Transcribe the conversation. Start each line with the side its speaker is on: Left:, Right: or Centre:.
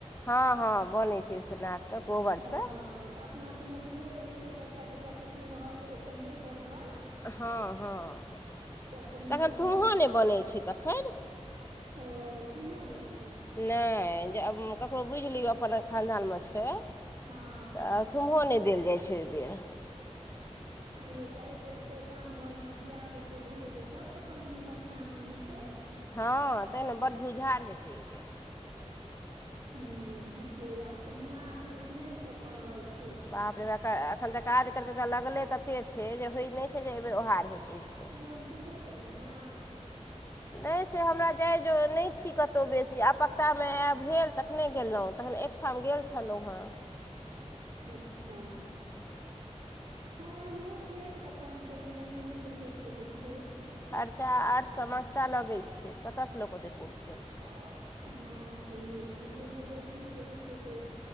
Left: हँ हँ बनैत छै से नाकके कोबरसँ
Right: हँ तऽ अपना सबमे तैयो रहै छै बच्चा तच्चा पेटमे रहल तऽ ओ सब नहि बनल
Left: हँ हँ
Right: तऽ पहिने
Left: तखन
Right: से
Left: थुहोँ
Right: बुझल रहल
Left: नहि बनैत छै तखन
Right: ओ थुमहो नहि बन
Left: नहि जे आब ककरो बुझि लियौ अपन खानदानमे छै
Right: हँ हँ
Left: तऽ थुमहो नहि देल जाइ छै ओहि बेर
Right: आ ये ते एबर त गाम घर मे बियाह जते भेले ये सब के पंचमी मधुश्रावणी हेते
Left: हँ तैँ ने बड़ धुरझार हेतै एहिबेर
Right: हूंम्म ठीके आ तहिना अखन उपनयन सब भऽ रहल छै
Left: बाप रे बा एखन तऽ काज करतै तऽ लगले तते छै जे होइत नहि छै जे एहिबेर ओहार हेतै से
Right: न पूर्वक <unintelligible> केलौं न
Left: नहि से हमरा जाय ज नहि छी कतहु बेसी आ पक्तामे आयब भेल तखने गेलहुँ तखन एकठाम गेल छलहुँ हँ
Right: अच्छा हँ इहो छै सभटाइम तऽ जेनायो नहि जे होइत रहैत छै
Left: खर्चा आठ समस्ता लगै छै तऽ कतयसँ लोक ओतेक पुरतै
Right: हँ छैेहे कि जाहिमे जरूरी रहै छै तऽ